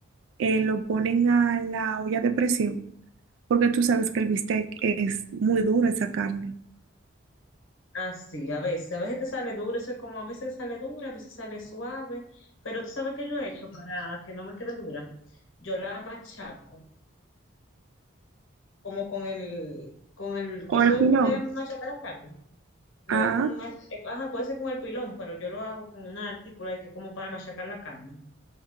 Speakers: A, on the right (about 70°); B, on the left (about 75°).
A: eh, lo ponen a la olla de presión, porque tú sabes que el bistec es muy duro esa carne.
B: Así, a veces. A veces te sale duro. Eso es como a veces sale dura, a veces sale suave. Pero tú sabes que yo he hecho para que no me quede dura. Yo la machaco, como con el, con el coso
A: O el
B: de,
A: pilón.
B: de machacar la carne. No,
A: Ah,
B: es como un, ar- eh, ajá, puede ser con el pilón, pero yo lo hago con una artícula y que es como para machacar la carne.